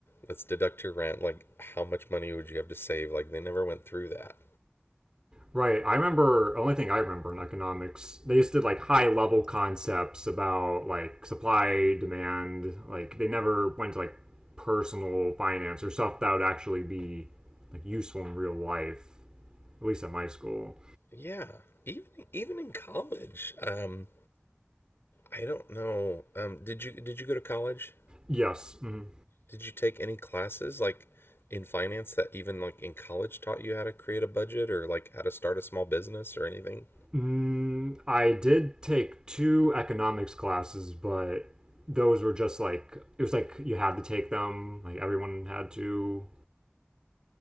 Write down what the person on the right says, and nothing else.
Right. I remember only thing I remember in economics, they just did like high level concepts about like supply, demand, like they never went to like personal finance or stuff that would actually be like useful in real life, at least at my school.
Yes. Mm.
Mm, I did take two economics classes, but those were just like it was like you had to take them, like everyone had to